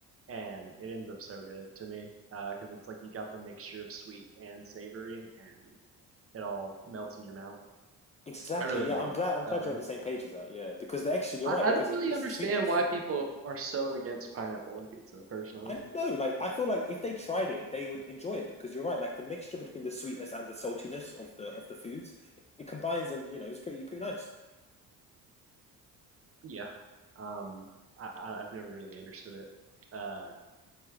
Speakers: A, on the right; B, on the left.
A: And it ends up so good to me because it's like you got the mixture of sweet and savory and it all melts in your mouth.
B: Exactly.
A: I really
B: Yeah,
A: like
B: I'm
A: it
B: glad. I'm
A: that
B: glad
A: way.
B: you're on the same page as that. Yeah, because the extra, you're
A: I,
B: right. Because
A: I don't really
B: it's
A: understand
B: the sweetness.
A: why people are so against pineapple on pizza, personally.
B: I know, like I feel like if they tried it, they would enjoy it because you're right, like the mixture between the sweetness and the saltiness of the of the foods, it combines and you know, it's pretty pretty nice.
A: Yeah. Um, I, I I've never really understood it. Uh,